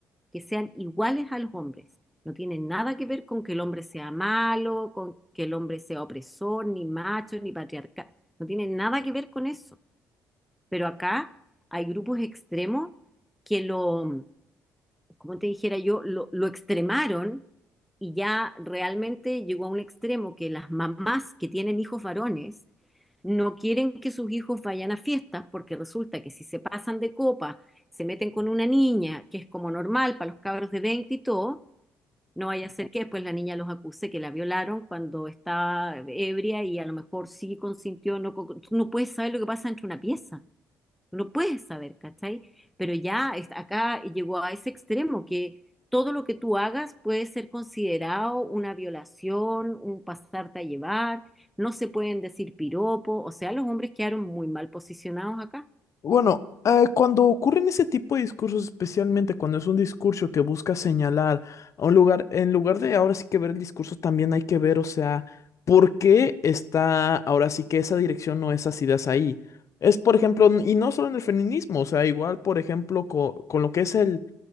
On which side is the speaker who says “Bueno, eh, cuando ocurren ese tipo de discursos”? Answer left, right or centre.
Left